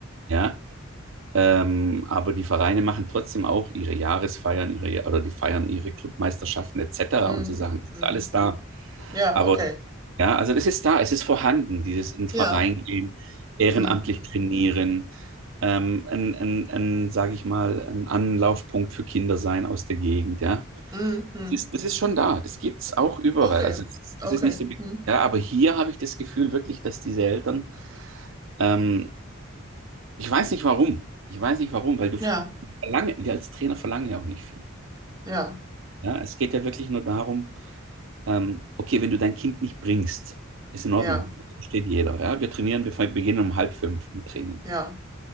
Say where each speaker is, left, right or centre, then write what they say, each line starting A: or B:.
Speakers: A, on the right; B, on the right.
A: ja. Ähm, aber die Vereine machen trotzdem auch ihre Jahresfeiern, ihre, Ja-, oder die feiern ihre Clubmeisterschaften etc.
B: mhm,
A: und so Sachen. Das
B: mhm,
A: ist alles da.
B: ja,
A: Aber
B: okay,
A: ja, also das ist da, es ist vorhanden, dieses in den Verein
B: ja,
A: gehen, ehrenamtlich
B: mhm,
A: trainieren, ähm, ein, ein, ein sage ich mal, ein Anlaufpunkt für Kinder sein aus der Gegend, ja.
B: mhm, mhm,
A: Das ist, das ist schon da, das gibt's auch überall.
B: okay,
A: Also es ist,
B: okay,
A: es ist nicht so, be-
B: mhm,
A: ja, aber hier habe ich das Gefühl wirklich, dass diese Eltern ähm, ich weiß nicht warum. Ich weiß nicht warum, weil du
B: ja,
A: verlange, wir als Trainer verlangen ja auch nicht viel.
B: ja,
A: Ja, es geht ja wirklich nur darum, ähm, okay, wenn du dein Kind nicht bringst, ist in
B: ja,
A: Ordnung. Das versteht jeder. Ja, wir trainieren, wir fang- beginnen um halb fünf mit Training.
B: ja,